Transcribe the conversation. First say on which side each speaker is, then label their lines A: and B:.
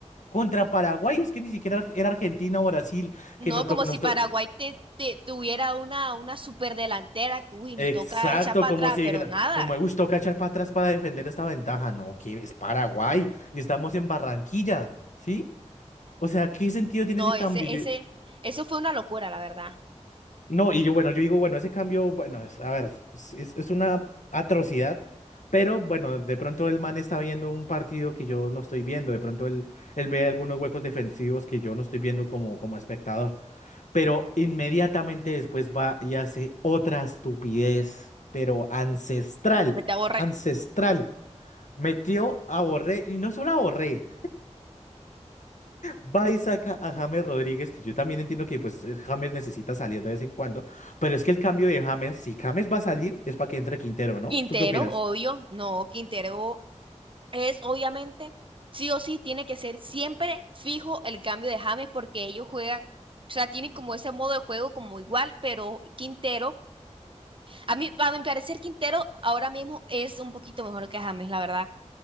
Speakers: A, on the left (about 85°); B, on the right (about 45°).
A: Contra Paraguay, es que ni siquiera ar- era Argentina o Brasil
B: No
A: que nos,
B: como
A: to- nos
B: si Paraguay
A: to-
B: te, te- tuviera una, una superdelantera que, uy, nos
A: Exacto,
B: toca echar para
A: como
B: atrás,
A: si
B: pero
A: dijera,
B: nada.
A: como me gustó cachar para atrás para defender esta ventaja. No, que es Paraguay y estamos en Barranquilla, ¿sí? O sea, ¿qué sentido tiene
B: No,
A: ese cambio?
B: ese,
A: Yo-
B: ese, eso fue una locura, la verdad.
A: no, y yo, bueno, yo digo, bueno, ese cambio, bueno, es- a ver, es, es- es una atrocidad, pero bueno, de pronto el man está viendo un partido que yo no estoy viendo, de pronto él, él ve algunos huecos defensivos que yo no estoy viendo como, como espectador. pero inmediatamente después va y hace otra estupidez, pero ancestral,
B: Me te borrar.
A: ancestral. Metió a Borré, y no solo a Borré, va y saca a James Rodríguez, que yo también entiendo que pues eh, James necesita salir de vez en cuando, pero es que el cambio de James, si James va a salir, es para que entre Quintero, ¿no?
B: Quintero,
A: ¿Tú qué opinas?
B: obvio. No, Quintero es obviamente, sí o sí, tiene que ser siempre fijo el cambio de James porque ellos juegan, o sea, tienen como ese modo de juego como igual, pero Quintero, a mí, a mi parecer, Quintero ahora mismo es un poquito mejor que James, la verdad.